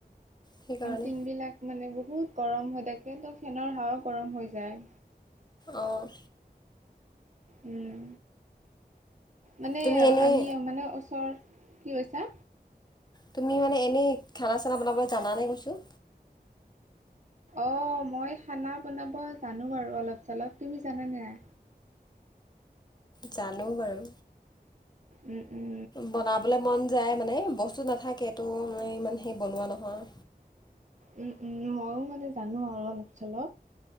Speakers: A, on the left; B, on the right.
A: সেইকাৰণে
B: টিংবিলাক মানে বহুত গৰম হৈ থাকে তো ফেনৰ হাঁৱাত গৰম হৈ যায়
A: অহ
B: উম মানে
A: তুমি এনেই
B: আমি মানে ওচৰত কি কৈছা
A: তুমি মানে এনেই খানা চানা বনাবলৈ জানা নে কৈছোঁ
B: অ মই খানা বনাব জানো বাৰু অলপ চলপ। তুমি জানা নাই?
A: জানো বাৰু।
B: উম উম।
A: বনাবলে মন যায় মানে বস্তু নাথাকেটো ইমান সেই বনোৱা নহয়।
B: উম উম ময়ো মানে জানো আৰু অলপ চলপ।